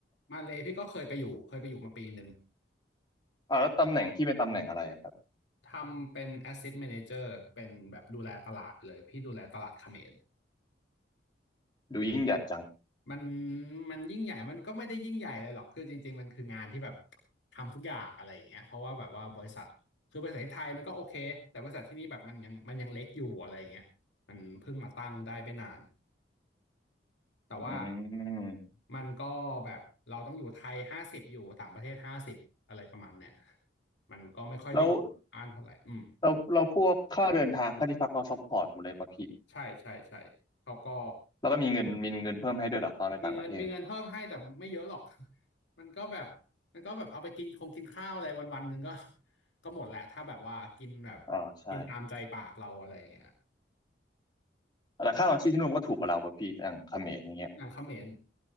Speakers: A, on the left; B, on the left.
A: มาเลพี่ก็เคยไปอยู่เคยไปอยู่มาปีหนึ่ง
B: เอาแล้วตำแหน่งพี่เป็นตำแหน่งอะไรอะครับ
A: ทำเป็น Asset Manager เป็นแบบดูแลตลาดไปเลยพี่ดูแลตลาดเขมร
B: ดูยิ่งใหญ่จัง
A: มันมันยิ่งใหญ่มันก็ไม่ได้ยิ่งใหญ่เลยหรอกคือจริงๆมันคืองานที่แบบทำทุกอย่างอะไรอย่างเงี้ยเพราะว่าแบบว่าบริษัทคือบริษัทที่ไทยมันก็โอเคแต่บริษัทที่นี่แบบมันยังมันยังเล็กอยู่อะไรอย่างเงี้ยมันเพิ่งมาตั้งได้ไม่นานแต่ว่า
B: อืม
A: มันก็แบบเราต้องอยู่ไทยห้าสิบอยู่ต่างประเทศห้าสิบอะไรประมาณเนี้ยมันก็ไม่ค่อยได้อยู่อ่านเท่าไหร่อืม
B: แล้ว เราเราพวกค่าเดินทางค่าที่พักเราซัพพอร์ตหมดเลยป่ะพี่
A: ใช่ใช่ใช่เขาก็
B: แล้วก็มีเงินมีเงินเพิ่มให้ด้วยเหรอตอนไปต่างประเทศ
A: มีเงินมีเงินเพิ่มให้แต่ไม่เยอะหรอก <laughs> มันก็แบบมันก็แบบเอาไปกินคงกินข้าวอะไรวันวันหนึ่งก็ก็หมดแหละถ้าแบบว่ากินแบบ
B: อ๋อใช่
A: กินตามใจปากเราอะไรอย่างเงี้ย
B: แต่ค่าครองชีพที่นู่นก็ถูกกว่าเราป่ะพี่อย่างเขมรอย่างเงี้ย
A: อย่างเขมร